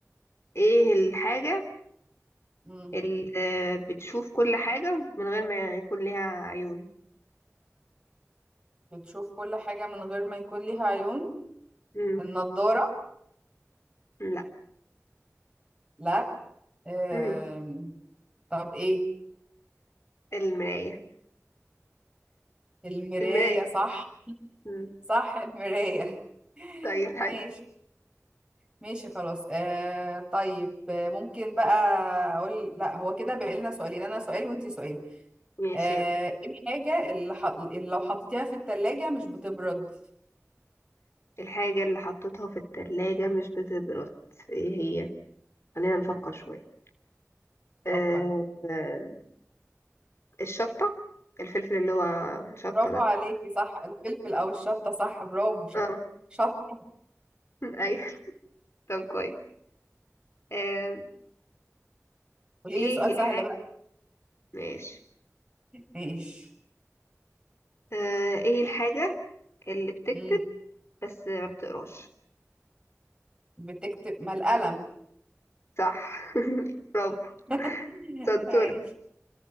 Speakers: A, on the left; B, on the right.
A: ايه الحاجة
B: مم.
A: اللي آه، بتشوف كل حاجة من غير ما يكون ليها عيون
B: بتشوف كل حاجة من غير ما يكون ليها عيون
A: امم
B: النضارة
A: لا
B: لا آم،
A: امم
B: طب ايه
A: المراية
B: المراية
A: المراية
B: صح
A: مم.
B: صح المراية
A: طيب
B: <laughs>
A: حلو
B: ماشي ماشي خلاص آه طيب آه ممكن بقى اقول لا هو كده بقى لنا سؤالين انا سؤال وانتي سؤال
A: ماشي
B: آه
A: يلا
B: ايه الحاجة اللي, ح... اللي لو حطيتيها في التلاجة مش بتبرد
A: الحاجة اللي حطيتها في التلاجة مش بتبرد ايه هي خلينا نفكر شوية آه،
B: فكري
A: آه، الشطة الفلفل اللي هو شطة
B: برافو
A: ده
B: عليكي صح الفلفل او الشطة صح برافو ش...
A: اه
B: شطة
A: <laughs> ايوه طب كويس آه،
B: قولي
A: ايه
B: لي سؤال
A: الحاجة
B: سهل بقى
A: ماشي
B: ماشي
A: آه، ايه الحاجة اللي بتكتب
B: امم
A: بس ما بتقراش
B: بتكتب ما القلم
A: صح <laughs> برافو
B: <laughs>
A: سنتورة
B: ماشي